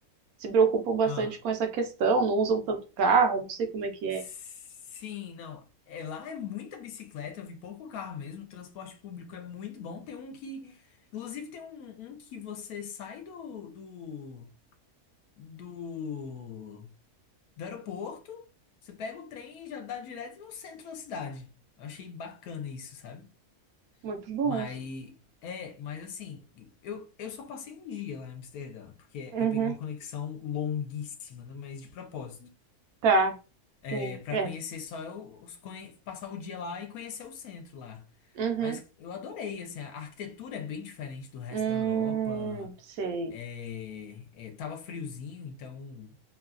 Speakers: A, on the right; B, on the left.
A: se preocupam bastante
B: Ah.
A: com essa questão, não usam tanto carro, não sei como é que é.
B: Sim, não. É, lá é muita bicicleta, eu vi pouco carro mesmo. O transporte público é muito bom. Tem um que. Inclusive, tem um, um que você sai do, do, do, do aeroporto, você pega o trem e já dá direto no centro da cidade. Eu achei bacana isso, sabe?
A: Muito bom.
B: Mas, é, mas assim, eu, eu só passei um dia lá em Amsterdã, porque
A: Uhum.
B: eu peguei uma conexão longuíssima, né, mas de propósito.
A: Tá.
B: É,
A: Sim,
B: para
A: é.
B: conhecer só eu, os conhe- passar o dia lá e conhecer o centro lá.
A: Uhum.
B: Mas eu adorei, assim, a arquitetura é bem diferente do resto
A: Hum,
B: da Europa.
A: sei.
B: É, é, tava friozinho, então